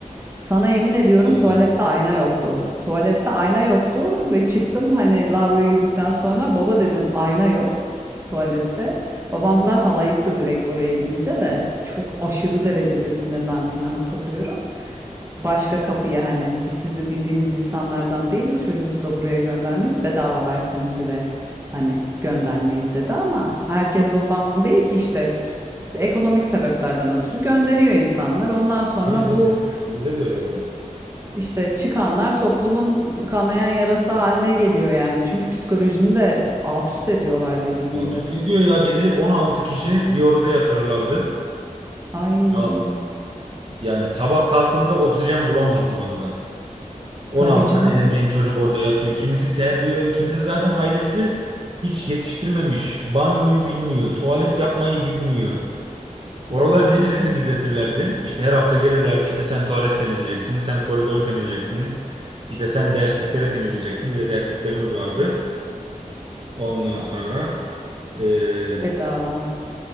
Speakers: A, on the right; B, on the right.
A: Sana yemin ediyorum
B: Allah.
A: tuvalette ayna yoktu. Tuvalette ayna yoktu ve çıktım hani lavaboya girdikten sonra baba dedim ayna yok tuvalette. Babam zaten ayıktı direkt oraya gidince de çok aşırı derecede sinirlendiğini hatırlıyorum. Başka kapıya hani biz sizin bildiğiniz insanlardan değiliz çocuğumuzu da buraya göndermeyiz bedava verseniz bile hani göndermeyiz dedi ama herkes babam değil ki işte ekonomik sebeplerden ötürü gönderiyor insanlar. Ondan sonra
B: Tabii tabii.
A: bu
B: Bizde de öyle oldu.
A: işte çıkanlar toplumun kanayan yarası haline geliyor yani. Çünkü psikolojini de alt üst ediyorlar dediğin
B: Alt
A: gibi.
B: üst ediyor ya bizi 16 kişi bir odada yatırırlardı.
A: Ay,
B: Ya, yani sabah kalktığında oksijen bulamazdın odada. 16
A: tabii canım.
B: tane ergen çocuk orada yatıyor. Kimisi terliyor, kimisi zaten ailesi hiç yetiştirmemiş. Banyoyu bilmiyor, tuvalet yapmayı bilmiyor. Oraları bir de
A: Evet.
B: bize temizletirlerdi. İşte her hafta gelirlerdi. İşte sen tuvalet temizleyeceksin, sen koridoru temizleyeceksin. İşte sen derslikleri temizleyeceksin. Bir de dersliklerimiz vardı. Ondan
A: Allah.
B: sonra eee,
A: Bedava.